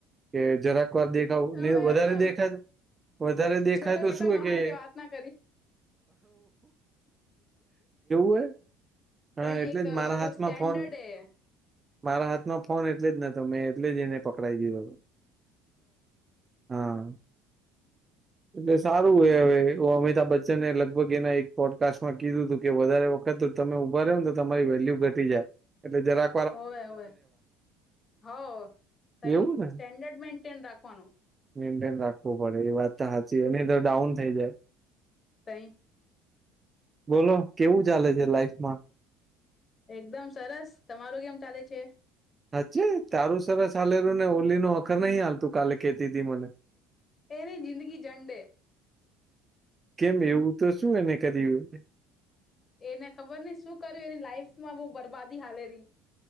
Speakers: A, on the right (about 15°); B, on the left (about 25°).
A: કે, જરાકવાર દેખાવું
B: અમે
A: ને વધારે
B: શું
A: દેખાય. વધારે દેખાય
B: છોટા
A: તો
B: મોટા
A: શું
B: મહાણ
A: કે.
B: તે વાત ના
A: હોય
B: તહી
A: હા એટલે
B: એક
A: જ મારા
B: વ
A: હાથમાં
B: સ્ટન્ડર્ડ
A: ફોન
B: હૈ.
A: મારા હાથમાં ફોન એટલે જ નતો, મેં એટલે જ એને પકડાઈ દીધો હતો. હા.
B: <inaudible>
A: એટલે સારું હો. હવે અમિતાભ બચ્ચને એ લગભગ એના એક પોડકાસ્ટમાં કીધું હતું કે, વધારે વખત તમે ઉભા રહો ને તો તમારી વેલ્યુ ઘટી જાય, એટલે જરા.
B: હોવે હોવે, હો સાહી,
A: એવું ને
B: સ્ટેન્ડર્ડ મેન્ટેન રાખવાનું.
A: મેન્ટેન રાખવું પડે, એ વાત તો સાચી એની તો ડાઉન થઈ જાય.
B: તઈ
A: બોલો કેવું ચાલે છે લાાઈફમાં?
B: એકદમ સરસ તમારો કેમ ચાલે છે.
A: હચ્ તારું સરસ હાલેલું ને ઓલી નો અખર નહી હાલતું કાલે ખેતીથી મને.
B: તેની જિંદગી જંડે.
A: કેમ એવું તો શું એને કર્યું.
B: એને ખબર નહ શું કર્યું એની લાઈફ માં બહ બરબાદી હાલે રી.